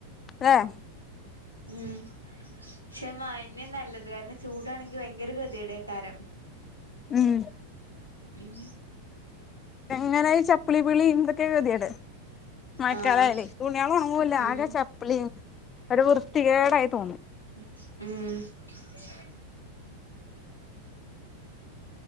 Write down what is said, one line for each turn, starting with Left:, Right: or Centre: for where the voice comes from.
Left: അല്ലേ
Right: ഉം പക്ഷെ മയാന്നെ നല്ലത് കാരണം ചൂടാണെങ്കിൽ ഭയങ്കര ഗതിയുടെ കാരം
Left: ഉം
Right: ഉം
Left: എങ്ങനെ ചപ്പളിപളി ഇന്തൊക്കെ ഗെതികേട് മായക്കാലായല്ലേ
Right: ആഹ്
Left: തുണികലോണങ്ങുല്ലആകെ
Right: ഉം
Left: ചപ്പ്ളിയ ഒരു വൃത്തികേടായി തോന്നു
Right: ഉം